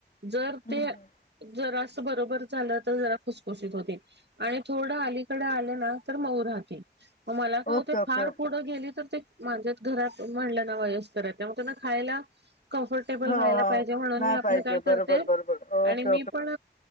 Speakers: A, on the right; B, on the left.
A: जर
B: हं,
A: ते
B: हं.
A: जरास बरोबर झालं तर जरा खुसखुशीत होते. आणि थोडं अलीकड आलं ना तर मऊ राहते. म मला काय
B: ओके,
A: होतय,
B: ओके.
A: फार पुढं गेली तर ते माझ्यात घरात म्हणलं ना वयस्कर आहे त्यामुळे त्यांना खायला कम्फर्टेबल
B: हो
A: व्हायला
B: हो
A: पाहिजे म्हणून
B: नाही
A: मी आपलं
B: पाहिजे
A: काय
B: बरोबर
A: करते,
B: बरोबर ओके
A: आणि मी पण,